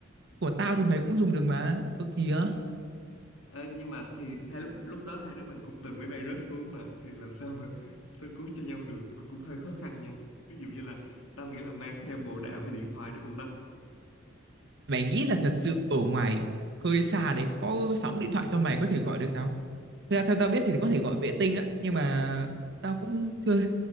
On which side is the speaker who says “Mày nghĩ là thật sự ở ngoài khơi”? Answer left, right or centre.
Right